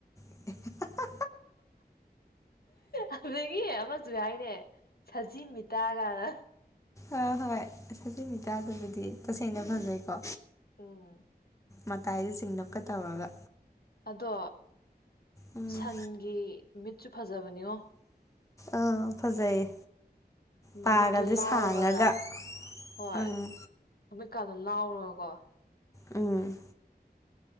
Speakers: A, on the left (about 20°); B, on the left (about 65°).
A: <unintelligible>
B: ꯑꯗꯨꯗꯒꯤ ꯑꯃꯁꯨ ꯍꯥꯏꯅꯦ ꯁꯖꯤ ꯃꯤꯇꯥꯒꯅ
A: ꯑꯥ ꯍꯣꯏꯖꯃꯤꯇꯥꯗꯕꯨꯗꯤ ꯇꯁꯦꯡꯅ ꯐꯖꯩꯀꯣ
B: ꯎꯝ
A: ꯃꯇꯥꯏꯗ ꯆꯤꯡꯅꯕꯞꯀ ꯇꯧꯔꯒ
B: ꯑꯗꯣ
A: ꯎꯝ
B: ꯁꯟꯒꯤ ꯃꯤꯠꯁꯨ ꯐꯖꯕꯅꯤꯉꯣ
A: ꯑꯥ ꯐꯖꯩꯌꯦ
B: ꯅꯨꯃꯤꯠꯇꯨ
A: ꯄꯥꯒꯗꯤ
B: ꯂꯥꯎꯔꯒ
A: ꯁꯥꯡꯉꯒ
B: ꯍꯣꯏ
A: ꯎꯝ
B: ꯅꯨꯃꯤꯠꯀꯥꯗꯣ ꯂꯥꯎꯔꯒꯀꯣ
A: ꯎꯝ